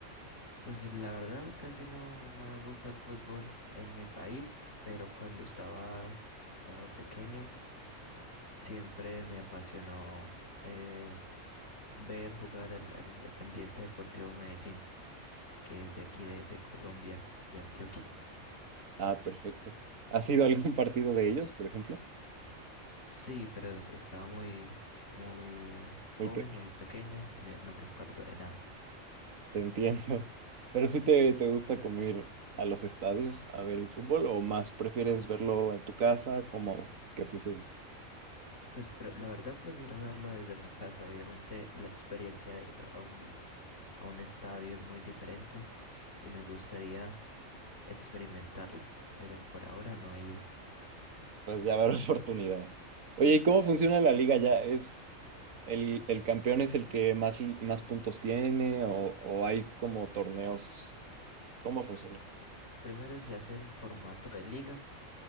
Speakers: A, on the left (about 65°); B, on the right (about 85°).
A: Pues la verdad casi no, no me gusta el fútbol en mi país, pero cuando estaba, estaba pequeño siempre me apasionó eh, ver jugar al, al Independiente Deportivo Medellín, que es de aquí de, de Colombia, de Antioquia.
B: Ah, perfecto. ¿Has ido a algún partido de ellos, por ejemplo?
A: Sí, pero estaba muy, muy joven,
B: Muy pequeño.
A: muy pequeño, no me, no me acuerdo de nada.
B: Te entiendo. <laughs> Pero sí te, te gusta como ir a los estadios a ver el fútbol o más prefieres verlo en tu casa, cómodo? ¿Qué prefieres?
A: Pues pre- la verdad prefiero verlo desde mi casa, obviamente la experiencia de ir a un a un estadio es muy diferente y me gustaría experimentarlo, pero por ahora no he ido.
B: Pues ya habrá <laughs> oportunidad. Oye, ¿y cómo funciona la liga ya? ¿Es el, el campeón es el que más, más puntos tiene o, o hay como torneos? ¿Cómo funciona?
A: Primero se hace en formato de liga